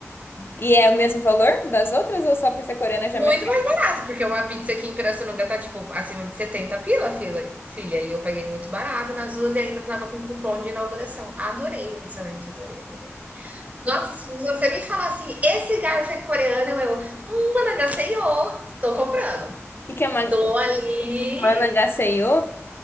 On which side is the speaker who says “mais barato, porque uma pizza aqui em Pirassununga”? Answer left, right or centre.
Right